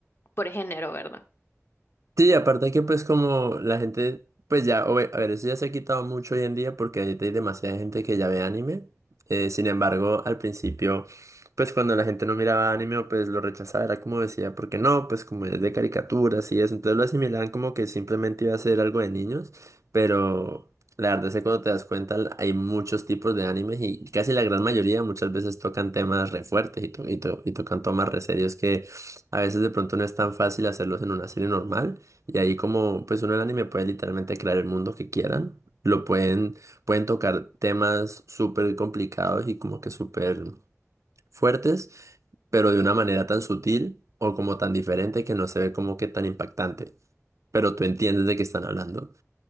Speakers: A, on the left (about 50°); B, on the right (about 75°).
A: por género, ¿verdad?
B: Sí, aparte que pues como la gente, pues ya, obvi- a ver, eso ya se ha quitado mucho hoy en día porque ahorita hay demasiada gente que ya ve anime. Eh, sin embargo, al principio, pues cuando la gente no miraba anime, pues lo rechazaba, era como decía, porque no, pues como es de caricaturas y eso, entonces lo asimilaban como que simplemente iba a ser algo de niños, pero la verdad es que cuando te das cuenta l- hay muchos tipos de animes y casi la gran mayoría muchas veces tocan temas re fuertes y, to- y, to- y tocan temas re serios que a veces de pronto no es tan fácil hacerlos en una serie normal. Y ahí como pues uno en el anime puede literalmente crear el mundo que quieran. Lo pueden, pueden tocar temas súper complicados y como que súper fuertes, pero de una manera tan sutil o como tan diferente que no se ve como que tan impactante. Pero tú entiendes de qué están hablando.